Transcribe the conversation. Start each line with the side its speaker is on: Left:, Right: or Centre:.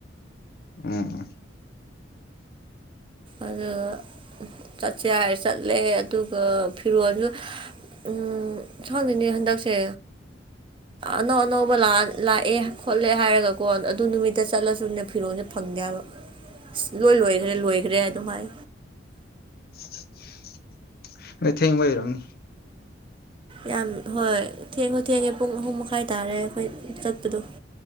Left: ꯎꯝ
Right: ꯑꯗꯨꯒ ꯆꯠꯁꯦ ꯍꯥꯏꯔ ꯆꯠꯂꯦ ꯑꯗꯨꯒ ꯐꯤꯔꯣꯜꯁꯨ ꯎꯝ ꯈꯪꯗꯦꯅꯦ ꯍꯟꯗꯛꯁꯦ ꯑꯅꯧ ꯑꯅꯧꯕ ꯂꯥꯛ ꯂꯥꯛꯑꯦ ꯈꯣꯠꯂꯦ ꯍꯥꯏꯔꯒꯀꯣ ꯑꯗꯨ ꯅꯨꯃꯤꯠꯇ ꯆꯠꯂꯁꯨꯅꯦ ꯐꯤꯔꯣꯟꯖꯦ ꯐꯪꯗꯦ ꯍꯥꯏꯕ ꯑꯁ ꯂꯣꯏ ꯂꯣꯏꯒꯔꯦ ꯂꯣꯏꯒꯔꯦ ꯑꯗꯨꯝ ꯍꯥꯏ
Left: <unintelligible> ꯅꯣꯏ ꯊꯦꯡꯕꯩ ꯑꯣꯢꯔꯝꯅꯤ
Right: ꯌꯥꯝ ꯍꯣꯏ ꯊꯦꯡꯉꯨ ꯊꯦꯡꯉꯦ ꯄꯨꯡ ꯑꯍꯨꯝ ꯃꯈꯥꯏ ꯇꯥꯔꯦ ꯑꯩꯈꯣꯏ ꯆꯠꯄꯗꯣ